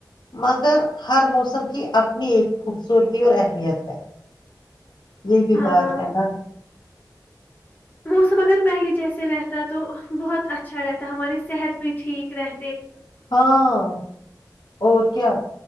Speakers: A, on the left; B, on the left.
A: مگر ہر موسم کی اپنی ایک خوبصورتی اور اہمیت ہے یہ بھی
B: ہاں
A: بات ہے نا
B: موسم اگر پہلے جیسے رہتا تو بہت اچھا رہتا ہے ہمارے صحت بھی ٹھیک رہے
A: ہاں اور کیا